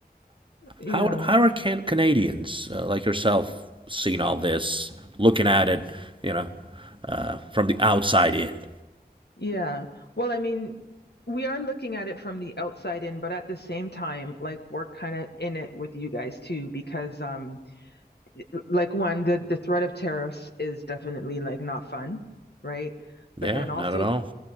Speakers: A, on the left (about 85°); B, on the right (about 30°).
A: Yeah.
B: How how are can, Canadians uh, like yourself seeing all this, looking at it, you know, uh, from the outside in?
A: Yeah. Well, I mean, we are looking at it from the outside in, but at the same time, like we're kind of in it with you guys too, because um like one, the the threat of tariffs is definitely like not fun, right?
B: Yeah,
A: But then also,
B: not at all.